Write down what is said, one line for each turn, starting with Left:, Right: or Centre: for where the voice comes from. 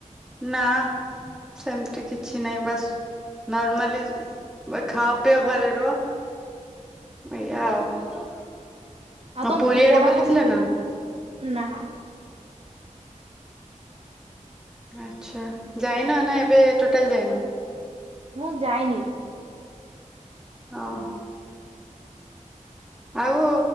Centre: ନା ସେମତି କିଛି ନାହିଁ ବାସ୍ ନର୍ମାଲି ଖାଅ ପିଅ ଘରେ ରୁଅ। ଏଇଆ ଆଉ।
Right: ଆଉ ତମ
Centre: ପୁରୀ ଆଡେ
Right: ପଢାପଢି
Centre: ବୁଲିଥିଲା
Right: ସବୁ
Centre: ନା?
Right: ନା।
Centre: ଆଚ୍ଛା ଯାଇନ ନା ଏବେ ଟୋଟାଲ ଯାଇନ?
Right: ମୁଁ ଯାଇନି।
Centre: ଓ ହୋ। ଆଉ